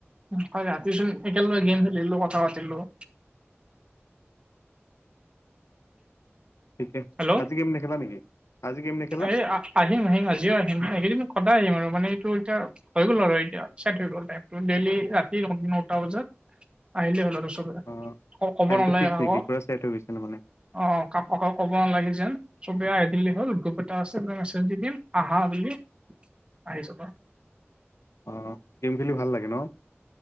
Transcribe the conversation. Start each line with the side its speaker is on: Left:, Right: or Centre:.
Right: হয় ৰাতিচোন একেলগে গেম খেলিলো কথা পাতিলোঁ।
Left: ঠিকে
Right: হেল্ল,
Left: আজি গেম নেখেলা নেকি আজি গেম নেখেলা
Right: এই আ, আহিম আহিম আজিও আহিম এইকেইদিন সদায় আহিম আৰু মানে এইটো এতিয়া। হৈ গ'ল আৰু এতিয়া চে'ট হৈ গ'ল টাইমটো ডেইলী ৰাতি নটা বজাত আহিলে হ'ল! আৰু চবে
Left: অ
Right: ক'ব
Left: টাইমটো
Right: নালাগে
Left: ফিক্স
Right: কাকো
Left: নিকি পুৰা চে'ট হৈ গৈছে! ন মানে
Right: অ', কাক ককক ক'ব নালাগে যেন চবে আহি দিলে হ'ল! গোপ এটা আছে! মই মেছেজ দি দিম! আহা বুলি আহি চাবা
Left: অ', গেম খেলি ভাল লাগে! ন